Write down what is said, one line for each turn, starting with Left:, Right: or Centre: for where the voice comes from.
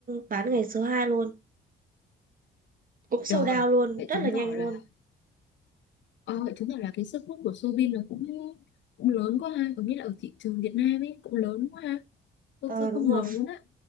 Right: bán ngày số 2 luôn cũng sold
Left: Trời,
Right: out luôn
Left: vậy
Right: rất
Left: chứng
Right: là nhanh
Left: tỏ
Right: luôn
Left: là Ờ, chứng tỏ là cái sức hút của Soobin nó cũng cũng lớn quá ha, có nghĩa là ở thị trường Việt Nam ấy cũng lớn quá ha. Tôi
Right: ờ
Left: tôi
Right: đúng
Left: không
Right: rồi
Left: ngờ luôn á.